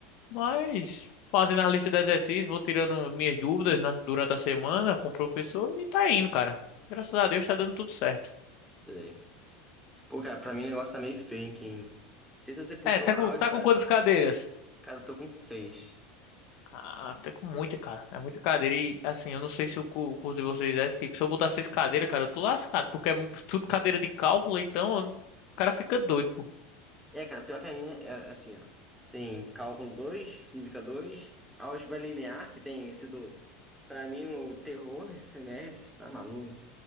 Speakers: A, on the left (about 60°); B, in the centre.
A: Mas fazendo a lista de exercícios, vou tirando minhas dúvidas na- durante a semana com o professor e tá indo, cara. Graças a Deus tá dando tudo certo.
B: Sei. Pô, cara, pra mim o negócio tá meio feio, hein? Não sei se você puxou
A: É, tá
B: álgebra.
A: com, tá com quantas
B: ah,
A: cadeiras?
B: Cara, eu tô com seis.
A: Ah, até com muita, cara. É muita cadeira e assim, eu não sei se o cu- o curso de vocês é assim. Se eu botar seis cadeiras, cara, eu tô lascado, porque é mu- tudo cadeira de cálculo, então eu não- o cara fica doido, pô.
B: É, cara, pior que a minha é assim, ó. Tem cálculo 2, física 2, álgebra linear, que tem sido, pra mim, o terror nesse semestre. Tá maluco?